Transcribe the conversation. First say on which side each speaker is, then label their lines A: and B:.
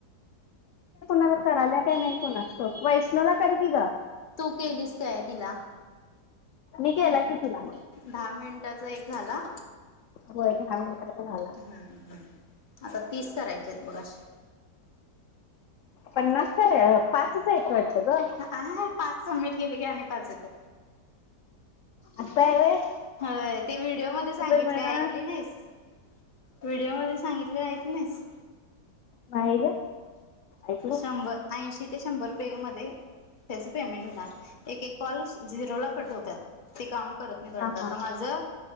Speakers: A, on the left (about 70°); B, on the left (about 40°).
A: कराय काय नाही कुणाष्टाउक वैष्णवीला कर की ग.
B: तू केलीस काय तिला
A: मी केला की तिला
B: दहा मिनिटाचा एक झाला.
A: हो दहा मिनिटाचा झाला
B: हम्म ह् आता तीस करायचे आहेत बघ अशे.
A: पन्नास पाचच आहेत वाटतं ग.
B: आ पाच सबमिट केले की आणि पाच येतात.
A: अस हाय वय
B: हो ते व्हिडिओ मध्ये सांगितले
A: मिळणार
B: ऐकले नाहीस. व्हिडिओमध्येध्ये सांगितले आहे ऐकलं नाहीस.
A: नाही ग. ऐकलं
B: शंभर ऐंशी ते शंभर रुपये मध्ये त्याच पेमेंट होणार एक एक कॉल झिरो ला कट होतात. ते काउंट करत नाहीत वाटत
A: हा
B: आता
A: हा
B: माझं.